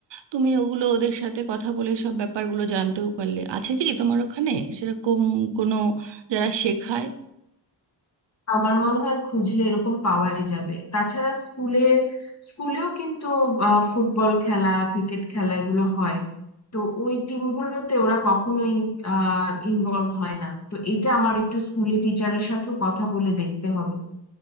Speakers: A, on the right; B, on the left.
A: তুমি ওগুলো ওদের সাথে কথা বলে সব ব্যাপারগুলো জানতেও পারলে আছে কি তোমার ওখানে সেরকম কোনো যারা শেখায়
B: আমার মনে হয় খুঁজলে এরকম পাওয়াই যাবে তাছাড়া স্কুলে স্কুলেও কিন্তু আহ, ফুটবল খেলা ক্রিকেট খেলা এগুলো হয় তো ওই টিমগুলোতে ওরা কখনোই ইনভলভ হয় না তো এটা আমার একটু স্কুলে টিচারের সাথেও কথা বলে দেখতে হবে